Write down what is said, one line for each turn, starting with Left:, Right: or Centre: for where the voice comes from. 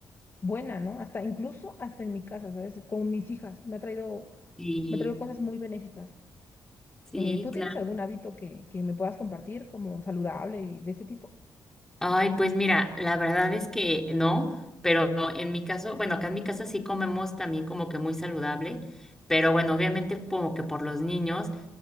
Left: buena, ¿no? Hasta incluso hasta en mi casa, ¿sabes? Con mis hijas, me ha traído,
Centre: Sí,
Left: me ha traído cosas muy benéficas.
Centre: sí,
Left: Eh, ¿tú
Centre: claro.
Left: tienes algún hábito que, que me puedas compartir como saludable y de este tipo?
Centre: Ay, pues mira, la verdad es que no, pero en mi caso, bueno, acá en mi casa sí comemos también como que muy saludable, pero bueno, obviamente como que por los niños